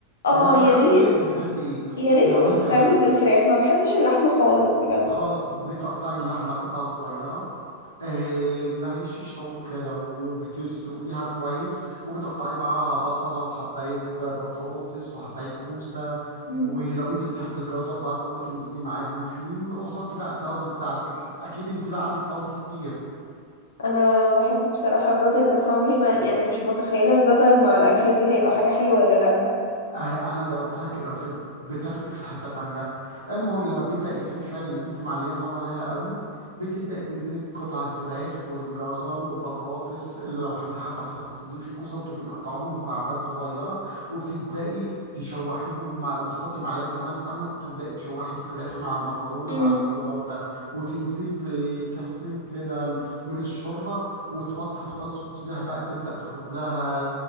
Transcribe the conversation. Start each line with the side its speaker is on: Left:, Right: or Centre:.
Left: اه
Right: يعني على
Left: يا
Right: حسب
Left: ريت
Right: اللي انت بتحبي ايه
Left: يا ريت
Right: لو
Left: لو
Right: انت
Left: تتعمل
Right: تم-
Left: بالفراخ ما بحبش اللحمه خالص بجد
Right: خلاص بتقطعي اللحمه قطع صغيره آه، زي شيش طاووق كده وبتسلقيها كويس وبتقطعي معاها بصلة وحباية بطاطس وحباية كوسة
Left: مم.
Right: ولو انت بتحبي الجزر برضو انزلي معاهم فيه وحطي بقى التوابل بتاعتك اكيد انت بقى عندك توابل كتير
Left: انا بحب بصراحه الجزر بس عمري ما يعني مش متخيله الجزر مع الاكله دي هيبقى حاجه حلوه ولا لا
Right: آه، انا جربتها ج- في بتاخدك في حته تانية المهم لما بيبدا يستوي شويه لانك انت معليه النار عليها قوي بتبداي تنزلي بقطع الفراخ والجزر والبطاطس اللي لو انت حابه تحطي فيه كوسه وبتبقي مقطعاهم مكعبات صغيره وبتبداي تشوحيهم مع وتحطي معلقه كمان سمنه وتبداي تشوحي الفراخ مع المكرونه
Left: مم.
Right: مع الخضار ده وتنزلي بكاستين كده من الشوربه وتوطي خالص وتسيبيها بقى تبدا تاخد لها